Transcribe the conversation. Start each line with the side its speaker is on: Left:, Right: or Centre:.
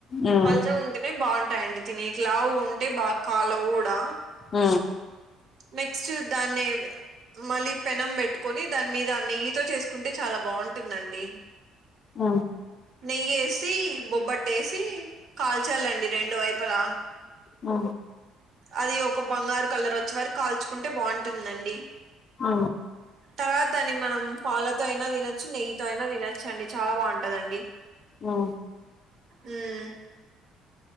Left: ఉమ్
Right: పల్చ గా ఉంటేనే బాగుంటాయిండి తినేవి లావు ఉంటే బాగా కలవూ గుడా
Left: ఉ
Right: నెక్స్ట్ దాన్ని మళ్ళీ పెనం పెట్టుకొని దాని మీద అ నెయ్యితో చేసుకుంటే చాలా బాగుంటుందండి
Left: ఆ
Right: నెయ్యేసి బొబ్బట్టేసి కాల్చాలండి రెండు వైపులా
Left: ఆ
Right: అది ఒక బంగారు కలర్ వచ్చే వరకి కాల్చుకుంటే బాగుంటుందండి
Left: అ
Right: తర్వాత దాన్ని మనం పాలతో అయినా తినొచ్చు నెయ్యితో అయినా తినొచ్చు అండి చాలా బాగుంటదండి
Left: ఉమ్
Right: మ్మ్